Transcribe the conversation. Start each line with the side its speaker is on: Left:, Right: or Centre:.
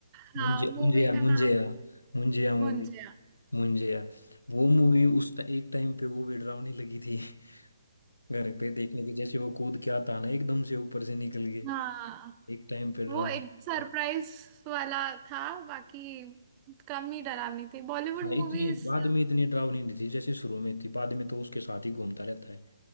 Right: हाँ
Left: मुंजे
Right: मूवी
Left: मुंजिया
Right: का
Left: मुंजिया
Right: नाम
Left: मुंजिया मूवी
Right: मुंजिया
Left: मुंजिया वो मूवी उस टा- एक टाइम पे वो भी डरावनी लगी थी <laughs> घर पे देखने के जैसे वो कूद के आता ना एकदम से ऊपर से निकल गए
Right: हाँ
Left: एक टाइम पे डरावनी
Right: वो एक
Left: थी।
Right: सरप्राइज वाला था बाकी कम ही डरावनी थी बॉलीवुड
Left: हाँ इतनी
Right: मूवीज
Left: बाद में इतनी डरावनी नहीं थी जैसे शुरू में थी बाद में तो उसके साथ ही घूमता रहता है